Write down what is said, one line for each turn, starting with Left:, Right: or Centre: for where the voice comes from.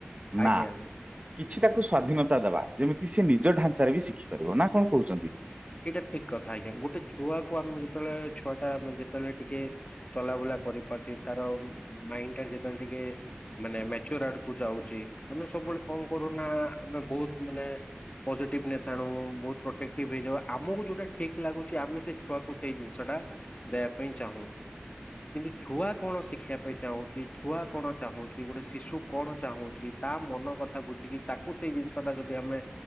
Right: ନାଁ
Left: ଆଜ୍ଞା।
Right: କିଛି ତାକୁ ସ୍ଵାଧୀନ ତା ଦବା। ଯେମିତି ସେ ନିଜ ଢାଞ୍ଚାରେ ବି ଶିଖିପାରିବ ନା କଣ କହୁଛନ୍ତି?
Left: ଏଇଟା ଠିକ୍ କଥା ଆଜ୍ଞା। ଗୋଟେ ଛୁଆକୁ ଆମେ ଯେତେବେଳେ ଛୁଆଟା ମା ଯେତେବେଳେ ଟିକେ ଚଲାବୁଲା କରିପାରୁଛି ତାର ମାଇଣ୍ଡ କେତେବେଳେ ଟିକେ ମାନେ ମେଚୋର୍ ଆଡକୁ ଯାଉଛି ଆମେ ସବୁବେଳେ କଣ କରୁନା ଆମେ ବହୁତ ମାନେ ପଜିଟିଭନେସ୍ ଆଣୁ, ବହୁତ ପ୍ରୋଟେକ୍ଟିଭ୍ ହେଇଯାଉ ଆମୁକୁ ଯୋଉଟା ଠିକ୍ ଲାଗୁଛି ଆମେ ସେ ଛୁଆକୁ ସେଇ ଜିନିଷ ଟା ଦେବା ପାଇଁ ଚାହୁଁ। କିନ୍ତୁ ଛୁଆ କଣ ଶିଖିଆ ପାଇଁ ଚାହୁଁଚି। ଛୁଆ କଣ ଚାହୁଁଚି ଗୋଟେ ଶିଶୁ କଣ ଚାହୁଁଚି ତା ମନ କଥା ବୁଝିକି ତାକୁ ସେଇ ଜିନିଷ ଟା ଯଦି ଆମେ